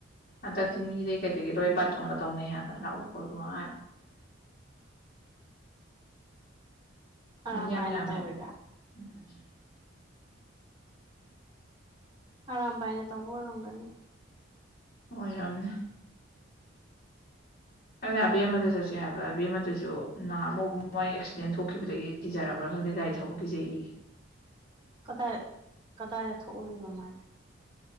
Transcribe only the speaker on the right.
ꯑꯔꯥꯥꯝꯕꯥꯏꯅ
ꯇꯧꯔꯤꯔ
ꯑꯔꯥꯝꯕꯥꯏꯅ ꯇꯧꯕ ꯑꯣꯏꯔꯝꯒꯅꯤ
ꯀꯗꯥꯏ ꯀꯗꯥꯏꯗ ꯊꯣꯛꯎꯔꯤꯕ ꯃꯥꯗꯤ